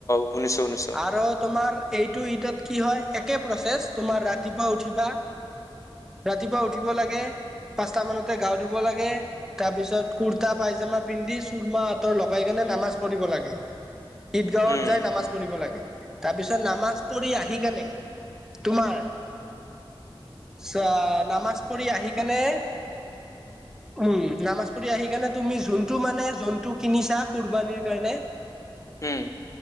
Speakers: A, on the left; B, in the centre.
A: অ শুনিছো শুনিছো।
B: আৰু তোমাৰ এইটো ঈদত কি হয় একে প্ৰচেছ তোমাৰ ৰাতিপুৱা উঠিবা। ৰাতিপুৱা উঠিব লাগে। পাঁচট মানতে গা ধুব লাগে তাৰ পিছত কুুৰ্তা পাইজামা পিন্ধি চুৰমা আঁতৰ লগাই কেনে। নামাজ পঢ়িব লগে ঈদগাঁৱত
A: উম,
B: যাই। কৰিব লাগে তাৰপিছত নামাজ পঢ়ি আহি কেনে তোমাৰ। চ নামাজ পঢ়ি আহিকনে। উম নামাজ পঢ়ি আহি কাৰণে তুমি যোনটো মানে জন্তু কিনিছা কুৰবানীৰ কাৰণে।
A: উম,